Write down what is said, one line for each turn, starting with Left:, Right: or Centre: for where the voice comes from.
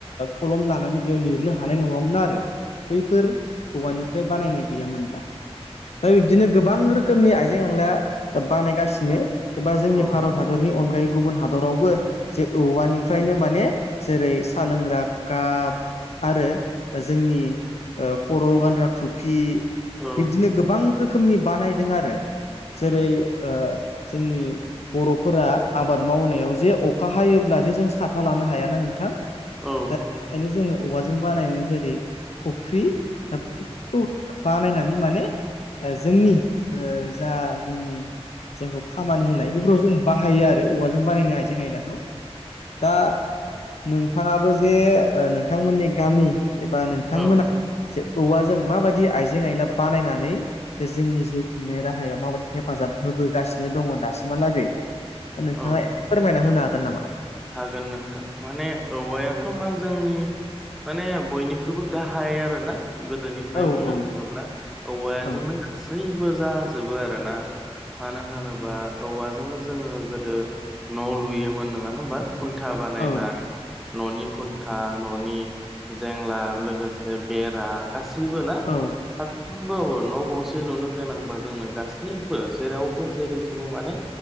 Left: कलम लानानै बेयाव लिरनो हानाय नङामोन आरो बैफोर औवानिफ्राय बानायनाय गैयामोनब्ला दा बिदिनो गोबां रोखोमनि आइजें आयला बानायगासिनो एबा जोंनि
Centre: औ
Left: भारत हादरनि अनगायै गुबुन हादरावबो जे औवानिफ्रायनो माने जेरै साहा लोंग्रा काब आरो जोंनि खर'आव गानग्रा थफि
Centre: औ
Left: बिब्दिनो गोबां रोखोमनि बानायदों आरो जेरै ओ जोंनि बर'फोरा आबाद मावनायाव जे अखा हायोब्ला जे जों साथा लानो हायाना नोंथां
Centre: औ
Left: ओंखायनो जोङो औवाजों बानायो जेरै खफ्रि खौ बानायनानै माने जोंनि ओ जा जोंनि जोंखौ खामानि होनाय बेफोरखौ जों बाहायो आरो औवाजों बानायनाय आइजें आयलाखौ दा नोंथाङाबो जे नोंथांमोननि गामि एबा नोंथांमोना
Centre: औ
Left: जे औवाजों माबायदि आइजें आयला बानायनानै जोंनि जिउ खुंनाय राहायाव माबायदि हेफाजाब होबोगासिनो दङ दासिमहालागै बा नोंथाङा
Centre: औ
Left: फोरमायना होनो हागोन नामा
Centre: हागोन नोंथां माने औवायाथ' मा जोंनि माने बयनिख्रुइबो गाहाय आरो ना गोदोनि ओमफ्राय
Left: औ
Centre: बुंनो
Left: औ
Centre: थाङोब्ला औवाजोंनो
Left: औ
Centre: गासैबो जाजोबो आरोना मानो होनोबा औवाजोंनो जोङो गोदो न' लुयोमोन नङा नङा होमबा खुन्था बानायनाय
Left: औ
Centre: न'नि खुन्था न'नि जेंलाब लोगोसे बेरा गासैबो ना
Left: औ
Centre: फारफ्रोमबाबो न' गंसे लुनो गोनांबा जोंनो गासैबो जेरावबो जेरैथिंबो माने